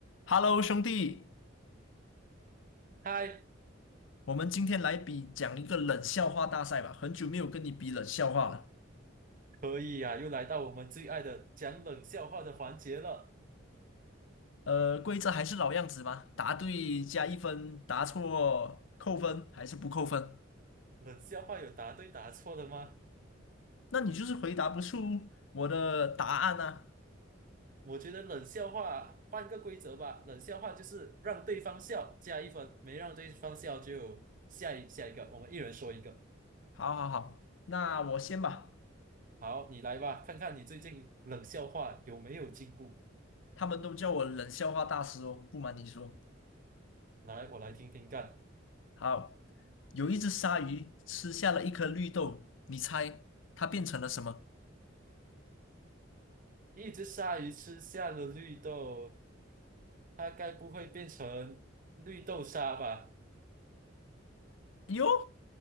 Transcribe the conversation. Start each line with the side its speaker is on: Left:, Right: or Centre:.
Left: Hello，兄弟，
Right: 嗨，
Left: 我们今天来比讲一个冷笑话大赛吧。很久没有跟你比冷笑话了。
Right: 可以呀、又来到我们最爱的讲冷笑话的环节了。
Left: 呃，规则还是老样子吗？答对加一分，答错扣分还是不扣分？
Right: 冷笑话有答对答错的吗？
Left: 那你就是回答不出我的答案啊。
Right: 我觉得冷笑话换个规则吧，冷笑话就是让对方笑加一分，没让对方笑就下一下一个，我们一人说一个。
Left: 好好好，那我先吧。
Right: 好，你来吧，看看你最近冷笑话有没有进步。
Left: 他们都叫我冷笑话大师哦，不瞒你说。
Right: 来，我来听听看。
Left: 好，有一只鲨鱼吃下了一颗绿豆，你猜它变成了什么？
Right: 一只鲨鱼吃下了绿豆，它该不会变成绿豆沙吧？
Left: 哟，